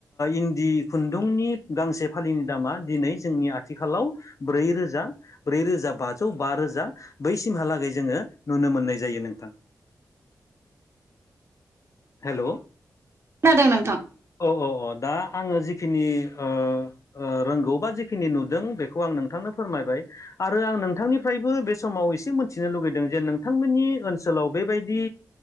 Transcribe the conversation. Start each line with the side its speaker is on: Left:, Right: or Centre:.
Left: इन्दि खुन्दुंनि गांसे फालिनि दामा दिनै जोंनि आथिखालाव ब्रै रोजा ब्रै रोजा बाजौ बा रोजा बैसिमहालागै जोङो नुनो मोन । मोननाय जायो नोंथां।
Right: <inaudible> <inaudible>
Left: हेलौ
Right: खोनादों नोंथां
Left: औ औ औ दा आङो जिखिनि ओ ओ रोंगौबा जिखिनि नुदों बेखौ आं नोंथांनो फोरमायबाय आरो आं नोंथांनिफ्रायबो बे समाव इसे मिथिनो लुबैदों जे नोंथांमोननि ओनसोलाव बेबायदि